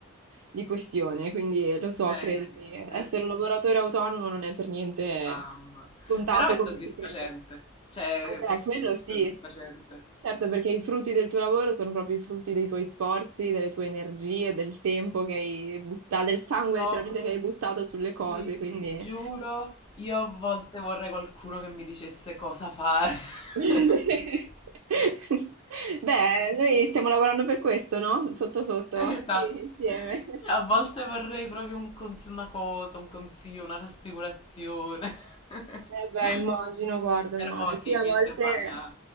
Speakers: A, on the right; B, on the left.
A: di questione, quindi lo so,
B: Eh
A: credimi,
B: sì, eh
A: essere
B: sì,
A: un lavoratore autonomo non è per niente
B: mamma.
A: scontato
B: Però è soddisfacente,
A: come si crede.
B: cioè
A: Eh beh,
B: è super
A: quello sì,
B: soddisfacente.
A: certo, perché i frutti del tuo lavoro sono proprio i frutti dei tuoi sforzi, delle tue energie, del tempo che hai buttato, del sangue
B: giuro,
A: letteralmente che hai buttato sulle cose,
B: ti
A: quindi...
B: giuro, io a volte vorrei qualcuno che mi dicesse cosa fare.
A: <laughs>
B: <laughs>
A: Beh, noi stiamo lavorando per questo, no? Sotto sotto,
B: Esatto.
A: qui insieme.
B: Sì, a volte vorrei proprio un cons- una cosa, un consiglio, una rassicurazione. <laughs>
A: Eh beh, immagino, guarda,
B: Però
A: immagino.
B: sì,
A: Sì, a
B: niente
A: volte,
B: paga.